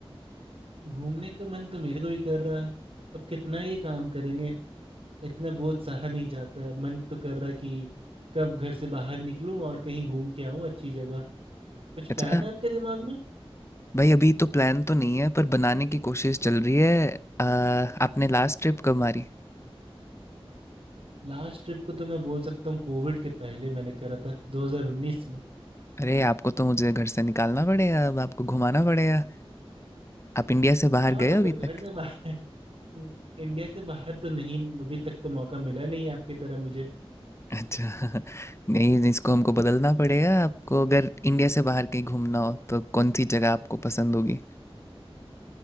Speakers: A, on the right; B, on the left.
A: घूमने का मन तो मेरे को भी कर रहा है। अब कितना ये काम करेंगे इतना बोझ सहा नहीं जाता मन तो कर रहा कि कब घर से बाहर निकलूं और कहीं घूम के आऊं अच्छी जगह कुछ प्लान
B: अच्छा
A: है आपके दिमाग में
B: भाई अभी तो प्लान तो नहीं है पर बनाने की कोशिश चल रही है आ, आपने लास्ट ट्रिप कब मारी
A: लास्ट ट्रिप को तो मैं बोल सकता हूँ कोविड के पहले मैंने करा था 2019 में
B: अरे आपको तो मुझे घर से निकालना पड़ेगा अब आपको घुमाना पड़ेगा आप इंडिया से बाहर
A: हाँ
B: गए
A: मतलब
B: हो अभी
A: घर
B: तक
A: से बाहर <laughs> इंडिया से बाहर तो नहीं अभी तक तो मौका मिला नहीं आपकी तरह मुझे
B: अच्छा <laughs> नहीं इसको हमको बदलना पड़ेगा आपको अगर इंडिया से बाहर कहीं घूमना हो तो कौन सी जगह आपको पसंद होगी